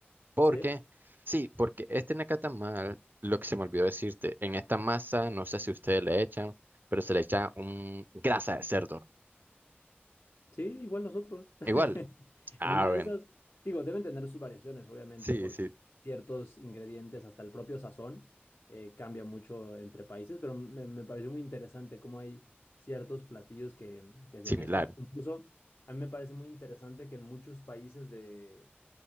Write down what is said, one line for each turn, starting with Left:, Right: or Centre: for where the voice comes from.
Right: porque,
Left: ¿Sí?
Right: sí, porque este nacatamal, lo que se me olvidó decirte, en esta masa, no sé si ustedes le echan, pero se le echa un grasa de cerdo.
Left: Sí, igual nosotros. <laughs>
Right: Igual, ah,
Left: En una
Right: bueno,
Left: de esas, digo, deben tener sus variaciones, obviamente,
Right: sí,
Left: porque
Right: sí,
Left: ciertos ingredientes, hasta el propio sazón, eh, cambia mucho entre países, pero me, me pareció muy interesante cómo hay ciertos platillos que, que se
Right: similar,
Left: mezclan. Incluso a mí me parece muy interesante que en muchos países de,